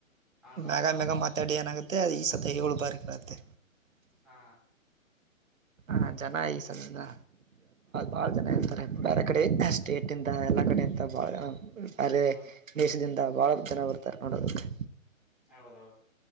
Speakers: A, in the centre; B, on the right (about 70°).
A: ಹಾಳ್ ಮಾಡ್ಬಿಟ್ಟದ್ರ
B: ಮ್ಯಾಗ ಮ್ಯಾಗ ಮಾತಾಡಿ ಏನಾಗುತ್ತೆ ಅ ಅ ಈ ಸತಿ ಏಳು ಬಾರಿ ಕೇಳುತ್ತೆ
A: ಹಾ
B: ಹ ಜನ ಈ ಸಾಲಿನಿಂದ ಬಾಳ ಜನ ಇರ್ತಾರೆ ಬೇರೆ ಕಡೆ ಸ್ಟೇಟ್ ಇಂದ ಎಲ್ಲಾ ಕಡೆ ಇಂತ ಬಾಳ ಜನ ಅರೆ
A: ಹ್ಮ್
B: <inaudible> ಭಾಳ ಜನ ಬರ್ತಾರೆ ನೋಡೋದಕ್ಕೆ
A: ಹೌದೌದು